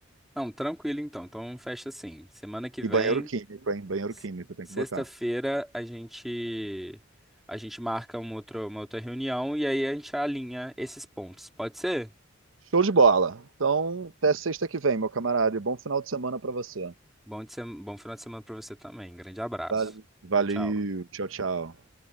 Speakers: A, in the centre; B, on the right (about 75°).
A: Não, tranquilo então. Então, fecha assim. Semana que vem,
B: E banheiro químico, hein? Banheiro
A: s-
B: químico tem
A: sexta-feira,
B: que botar.
A: a gente a gente marca uma outra, uma outra reunião e aí a gente alinha esses pontos. Pode ser?
B: Show de bola. Então, até sexta que vem, meu camarada. E bom final de semana para você.
A: Bom, de sem- bom final de semana para você também. Grande abraço.
B: Vale- Valeu.
A: Tchau, tchau.
B: Tchau, tchau.